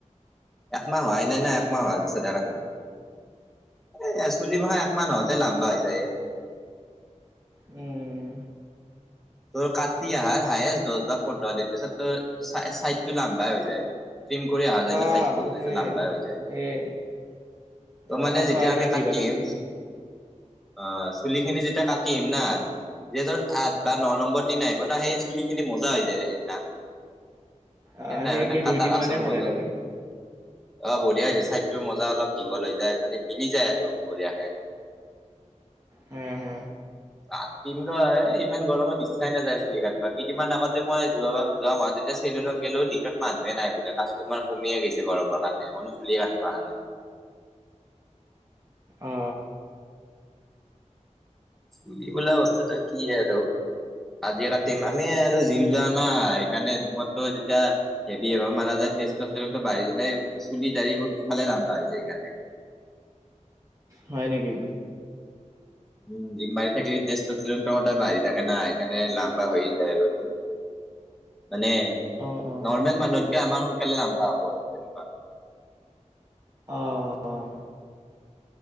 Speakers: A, in the centre; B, on the right.
A: একমাহ হোৱাই নাই না একমাহ হোৱাৰ পিছত এ কা এ চুলি মাহা এক মাহতে লাম্বা হৈ যায়।
B: উম।
A: তোৰ কাটি আহাৰ হায়ষ্ট দহ বা পোন্ধৰ দিন পিছত তোৰ চাইডটো লাম্বাই হৈ যায়। তিম কৰি অহা যায় ন
B: আহ
A: চাইডটোই
B: সেয়ে
A: যে লাম্বাই হৈ যায়।
B: সেয়ে
A: ত'
B: বৰ্ষা
A: মানে যেতিয়া
B: পাও ইমান
A: আমি
B: দীঘল
A: কাটিম।
B: হৈছে
A: অ চুলি খিনি যেতিয়া কাটিম না যেতৰ আঠ। বা ন নম্বৰ দিনা আহিব না সেই চুলি খিনি মজা হৈ যায় সেইদিনা।
B: আহ
A: সেই নাই মানে
B: কি
A: কাটাৰ
B: দুইদিন
A: আচল
B: মানে ভালে
A: মজুত।
B: থাকে।
A: অ বঢ়িয়া হৈ যায় ছাইদটোৰ মজা অলপ দীঘল হৈ যায় মানে মিলি যায় আৰু বঢ়িয়াকে। <unintelligible>
B: হ হ।
A: কতিম ৰ ইমান। গৰমত ইচ্ছাই নাযায় চুলি কাটবা কেইদিনমান আগতে মই যোৱা যোৱা মাহত তেতিয়া চেলুনত গ'লোঁ দিনত মানুহে নাই। বোলে কাষ্টৰ মাৰ কমিয়ে গৈছে গৰমৰ কাৰণে কনো চুলিয়ে কাটব অহা নাই। <unintelligible>
B: অ।
A: চুৰি বোলা অৱস্থাটা কি হয় আৰু। আজি কাতিম আমি আৰু জিম যোৱা নাই সেইকাৰণে জিমতো যেতিয়া। হেবি মাৰ যায় তেষ্ট। বাৰি যানাই চুলি দা়ৰি বোৰ ফালে লান্দা হৈ যায় এই কানে
B: হয় নেকি।
A: উ ডিম বাই থাকিল তেষ্ট চ কত বাঢ়ি থাকে না সেই কানে লাম্বা হৈ যায় আৰু। মানে
B: অ', অ'।
A: নৰ্মেল মানুহতকে আমাৰ সোনকালে লাম্বা হ'ব আৰু তেনেকুৱা।
B: আহ।